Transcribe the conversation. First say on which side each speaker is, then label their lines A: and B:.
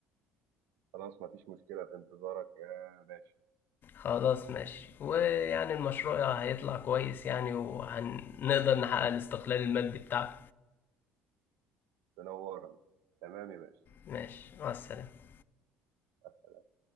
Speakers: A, on the right; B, on the left.
A: خلاص مفيش مشكله في انتظارك يا باشا
B: خلاص ماشي ويعني المشروع هيطلع كويس يعني وهنقدر نحقق الاستقلال المادي بتاعنا
A: تنورنا تمام يا باشا
B: ماشي مع السلامة
A: مع السلامة.